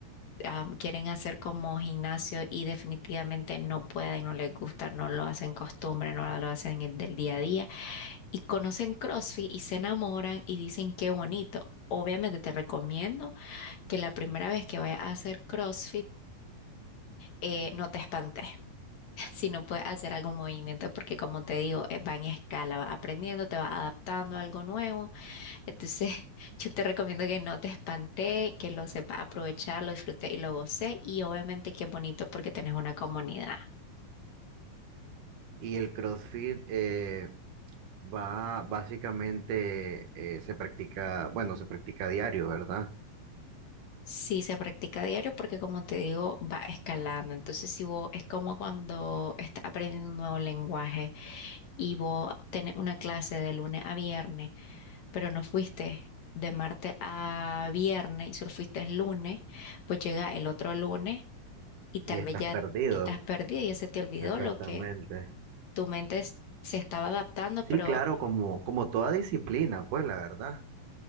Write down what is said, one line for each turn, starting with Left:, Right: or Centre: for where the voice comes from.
Left: am, quieren hacer como gimnasio y definitivamente no pueden, no les gusta, no lo hacen costumbre, no lo hacen el del día a día y conocen CrossFit y se enamoran y dicen qué bonito. Obviamente te recomiendo que la primera vez que vayas a hacer CrossFit eh, no te espantes <laughs> si no puedes hacer algún movimiento porque como te digo eh, va en escala, vas aprendiendo, te vas adaptando a algo nuevo. Entonces <laughs> yo te recomiendo que no te espantes, que lo sepas aprovechar, lo disfrutes y lo goces y obviamente que es bonito porque tenés una comunidad.
Right: Y el CrossFit eh, va básicamente, eh, se practica, bueno, se practica diario, ¿verdad?
Left: Sí, se practica a diario porque como te digo, va escalando. Entonces, si vos es como cuando estás aprendiendo un nuevo lenguaje y vos tenés una clase de lunes a viernes, pero no fuiste de martes a viernes y solo fuiste el lunes, pues llega el otro lunes y tal
Right: Y estás
Left: vez ya
Right: perdido.
Left: estás perdida, ya se te olvidó
Right: Exactamente.
Left: lo que tu mente es- se estaba adaptando,
Right: Sí,
Left: pero
Right: claro, como, como toda disciplina, pues la verdad.